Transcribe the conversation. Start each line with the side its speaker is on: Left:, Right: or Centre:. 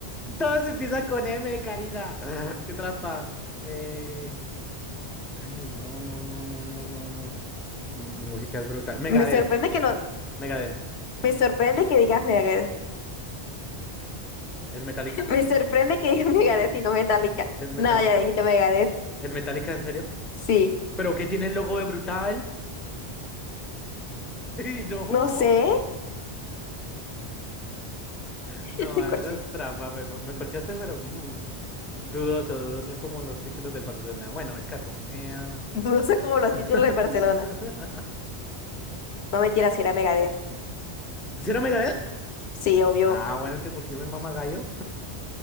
Centre: Todos empiezan con M, Karina. Ah, Qué trampa. Eh, Ay, no, no, no, no, no, no, no. Mi, mi música es brutal. Megadeth.
Left: Me sorprende que no,
Centre: Megadeth.
Left: me sorprende que digas Megadeth.
Centre: ¿Es metálica?
Left: <laughs> Me sorprende que digas <laughs> Megadeth y no Metallica.
Centre: ¿Es metálica?
Left: No, ya dijiste Megadeth.
Centre: ¿Es metálica en serio?
Left: Sí,
Centre: ¿Pero qué tiene el logo de brutal? <laughs> ¡Ay, No.
Left: no sé, <laughs>
Centre: No,
Left: te corché.
Centre: esa es trampa. Me, cor- me corchaste, pero mm, dudoso, dudoso como los títulos del Barcelona. Bueno, el caso. Eh...
Left: Dudoso como los
Centre: <laughs>
Left: títulos de Barcelona. No mentiras, si era Megadeth.
Centre: ¿Sí era Megadeth?
Left: Sí, obvio.
Centre: Ah, bueno, entonces, ¿por qué me mama gallo?